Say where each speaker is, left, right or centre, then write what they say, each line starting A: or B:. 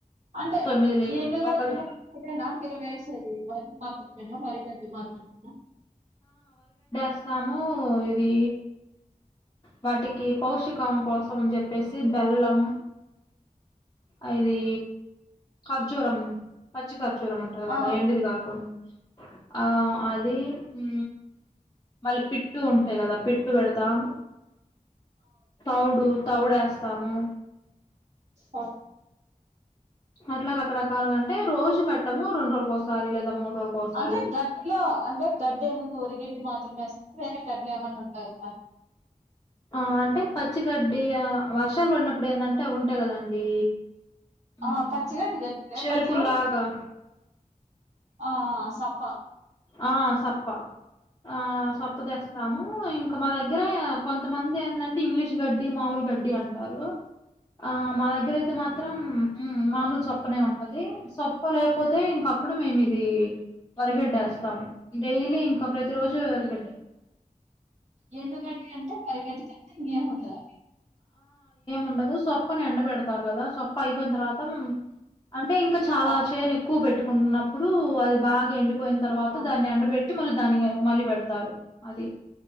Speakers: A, on the right; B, on the left.
A: అంటే
B: తొమ్మిది లీటర్
A: ఎండుగడ్డి
B: ఒక
A: ఒకటేనా మీరు వేసేది. మాత్రమేనా వరిగడ్డి మాత్రమేనా
B: వస్తాము ఇది వాటికి పాషికం కోసం అని చెప్పేసి బెల్లం అది ఖర్జూరం పచ్చి ఖర్జూరం ఉంటది కదా
A: ఆ
B: అది ఎండూది కాకుండా ఆ అది ఉ మళ్ళీ పిట్టు ఉంటాయి కదా పిట్టు పెడతాం తౌడు తౌడు వేస్తాము.
A: ఆ
B: అట్లా రకరకాలుగాంటే రోజు పెట్టము రెండు రోజుకో ఒకసారి లేదా మూడు రోజులకోసారి
A: అంటే గడ్డిలో అంటే గడ్డి అనేది వరిగడ్డి మాత్రమేస్తరా గడ్లులో ఏమన్నా ఉంటాయి అని
B: ఆ అంటే పచ్చిగడ్డి ఆ వర్షాలు పడినప్పుడు ఏంటంటే అవి ఉంటాయి కదండి మ్మ్
A: ఆ పచ్చిగడ్డి దింటే
B: చెరుకుల్లాగా
A: పచ్చిగడ్డి ఆ సప్ప
B: ఆ సప్ప ఆ సొప్పు తెస్తాము
A: ఉమ్.
B: ఇంకా ఇంకా మా దగ్గర కొంతమంది ఏంటంటే ఇంగ్లీష్ గడ్డి మాముూలు గడ్డి అంటారు. ఆ మా దగ్గర అయితే మాత్రం మామూలు సొప్పనే ఉంటది సొప్ప లేకపోతే ఇంకా అప్పుడు మేము ఇది వరిగడ్డి వస్తాము. డైలీ ఇంకా ప్రతి రోజు వరిగడ్డి
A: ఎండు గడ్టి అంటే వరిగడ్టి తప్ప ఇంకేం ఉండదా
B: ఉండదు సొప్పని ఎండ పెడతారు కదా సొప్ప అయిపోయిన తర్వాత అంటే ఇంకా చాలా
A: ఆ
B: చేన్ ఎక్కువ పెట్టుకుంటున్నప్పుడు అది బాగా ఎండి పోయిన తర్వాత
A: ఆ
B: దాన్ని ఎండబెట్టి మళ్ళీ దాని మళ్ళీ పెడతారు. అది